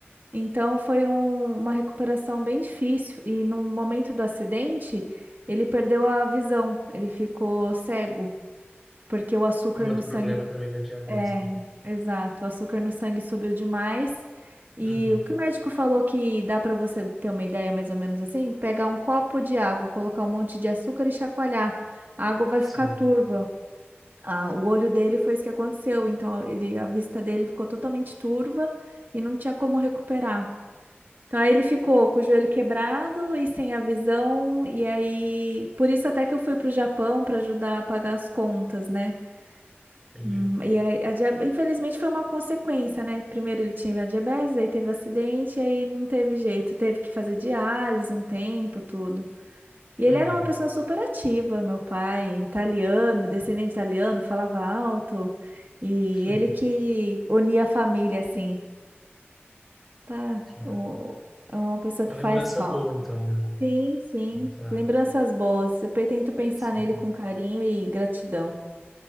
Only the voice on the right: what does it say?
Então foi um- uma recuperação bem difícil e no momento do acidente ele perdeu a visão, ele ficou cego porque o açúcar
no sangue
é,
exato, o açúcar no sangue subiu demais. E
o que o médico falou que dá para você ter uma ideia mais ou menos assim, pegar um copo de água, colocar um monte de açúcar e chacoalhar, a água vai ficar
turva. Ah, o olho dele foi isso que aconteceu, então ele, a vista dele ficou totalmente turva e não tinha como recuperar. Então aí ele ficou com o joelho quebrado e sem a visão, e aí por isso até que eu fui pro Japão para ajudar a pagar as contas, né?
Hum, E aí, a dia- infelizmente foi uma consequência, né? Primeiro ele tinha diabetes, aí teve acidente, e aí não teve jeito, teve que fazer diálise um tempo, tudo. E
ele era uma pessoa super ativa, meu pai, italiano, descendente italiano, falava alto, e
ele que unia a família assim, tá?
O- É uma pessoa
que
faz falta.
Sim, sim.
Lembranças boas. Eu pretendo pensar
nele com carinho e gratidão.